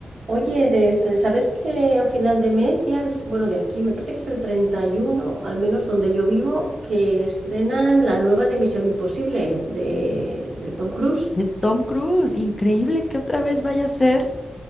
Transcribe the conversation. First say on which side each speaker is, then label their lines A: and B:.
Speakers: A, on the right; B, on the left.
A: Oye, desde- ¿sabes que a final de mes ya es, bueno, de aquí, me parece que es el 31, al menos donde yo vivo, que estrenan la nueva de Misión Imposible de, del Tom Cruise?
B: De Tom Cruise, increíble que otra vez vaya a ser.